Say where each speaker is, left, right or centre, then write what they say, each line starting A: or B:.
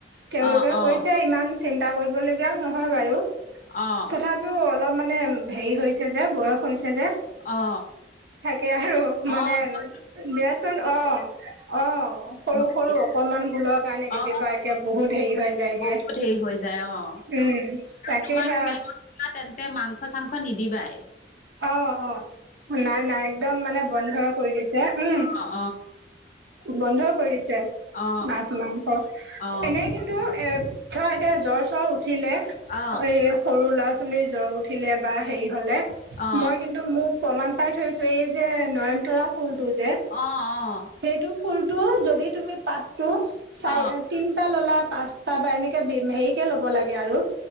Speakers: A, on the right; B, on the left.
A: তেওঁলোকেও
B: অ', অ',
A: কৈছে, ইমান চিন্তা কৰিবলগীয়াও নহয় বাৰু।
B: অ',
A: তথাপিও অলপ মানে হেৰি হৈছে যে বয়স হৈছে যে।
B: অ।
A: সেয়াহে আৰু মানে
B: অ',
A: আৰু
B: ভয়
A: দিয়াচোন। অ' অ' সৰু
B: ভয়
A: সৰু
B: দিয়া,
A: অকনমান ভূলৰ- কাৰণে কেতিয়াবা
B: অ',
A: একে বহুত হেৰি হৈ যায়গে।
B: বহুত হেৰি হৈ যায় অ'।
A: উম তাকে
B: তোমাৰ
A: হে
B: <inaudible> তেন্তে মাংস-চাংস নিদিবাই।
A: অ' অ' নাই নাই একদম মানে বন্ধ কৰি দিছে, উম'।
B: অ অ।
A: বন্ধ কৰি দিছে
B: অ
A: মাছ মাংস
B: অ
A: এনে কি টো এ ধৰা এতিয়া জ্বৰ-চৰ উঠিলে এই
B: অ
A: সৰু ল'ৰা-ছোৱালী জ্বৰ উঠিলে বা হেৰি হ'লে,
B: অ অ
A: মই কিন্তু মোক প্ৰমাণ পাই থৈছো, এই যে নয়নতৰা ফুলটো যে
B: অ অ
A: সেইটো ফুলটো যদি তুমি পাতটো চাই
B: অ
A: তিনিটা ললা পাঁচ তাৰপা এনেকে বি হেৰিকে ল'ব লাগে আৰু